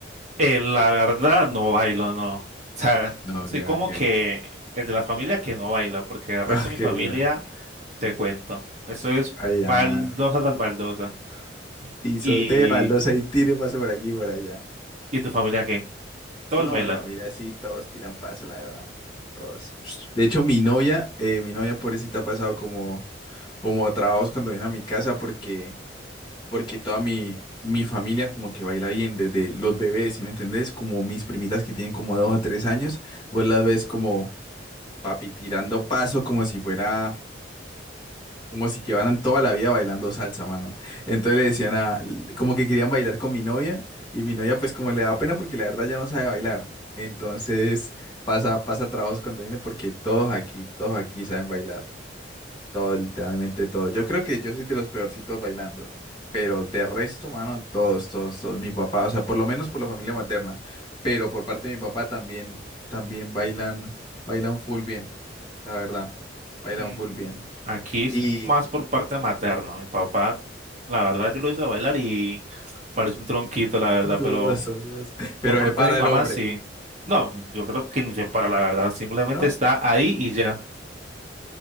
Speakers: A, on the right; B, on the left.
A: Eh, la verdad, no bailo, no. O sea,
B: No, ok,
A: soy como
B: ok.
A: que el de la familia que no baila, porque el resto
B: <laughs> Ok,
A: de mi familia,
B: ya.
A: te cuento. Eso es
B: Allá
A: baldosa
B: va.
A: tras baldosa.
B: Pisoteo,
A: ¿Y,
B: baldosa y tire, paso por aquí y por allá.
A: y en tu familia qué? Todos
B: No,
A: bailan.
B: mi familia sí, todos tiran paso, la verdad. Todos. De hecho, mi novia, eh, mi novia pobrecita ha pasado como, como trabajos cuando viene a mi casa porque, porque toda mi, mi familia como que baila bien desde los bebés, ¿sí me entendés? Como mis primitas que tienen como dos o tres años, vos las ves como papi tirando paso como si fuera como si llevaran toda la vida bailando salsa, mano. Entonces le decían a, como que querían bailar con mi novia y mi novia pues como le da pena porque la verdad ya no sabe bailar. Entonces pasa, pasa trabajos cuando viene porque todos aquí, todos aquí saben bailar. Todos, literalmente todos. Yo creo que yo soy de los peorcitos bailando. Pero de resto, mano, todos, todos, todos. Mi papá, o sea, por lo menos por la familia materna. Pero por parte de mi papá también, también bailan, bailan full bien, la verdad. Bailan
A: Mm,
B: full bien.
A: aquí es
B: Y,
A: más por parte materna. Mi papá, la verdad, yo lo hice bailar y parece un tronquito, la verdad,
B: Dudoso,
A: pero...
B: dudoso. Pero
A: Por parte
B: se para
A: de mi mamá,
B: el hombre,
A: sí. No, yo creo que ni se para la verdad, simplemente
B: ¿no?
A: está ahí y ya.